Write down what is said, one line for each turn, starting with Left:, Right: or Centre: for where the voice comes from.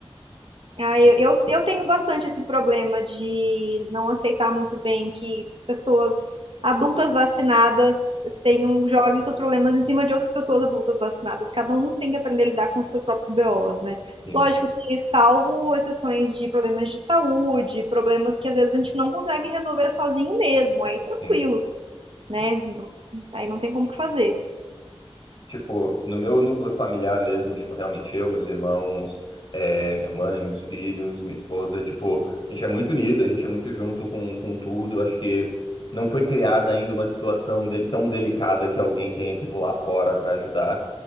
Right: ah,
Left: Sim,
Right: eu, eu, eu tenho bastante esse problema de não aceitar muito bem que pessoas adultas vacinadas tenham, joguem seus problemas em cima de outras pessoas adultas vacinadas. Cada um tem que aprender a lidar com os seus próprios BOs, né?
Left: sim,
Right: Lógico que, salvo exceções de problemas de saúde, problemas que às vezes a gente não consegue resolver sozinho mesmo, aí tranquilo.
Left: sim,
Right: né?
Left: sim.
Right: Aí não tem como que fazer.
Left: Tipo, no meu núcleo familiar mesmo, tipo, realmente eu, meus irmãos, eh, minha mãe, meus filhos, minha esposa, tipo, a gente é muito unido, a gente é muito junto com, com tudo. Acho que não foi criada ainda uma situação del- tão delicada que alguém tenha que pular fora para ajudar.